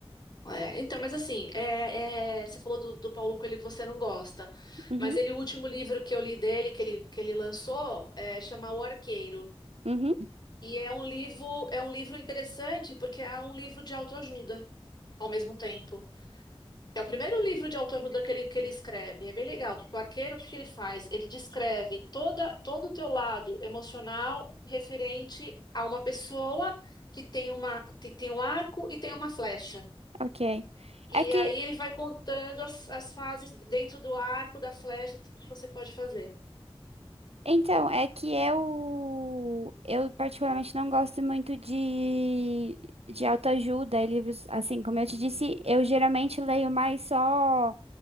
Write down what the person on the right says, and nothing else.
Uhum,
uhum,
ok.
É que
Então, é que eu, eu particularmente não gosto muito de, de autoajuda e livros, assim, como eu
te disse, eu geralmente leio mais só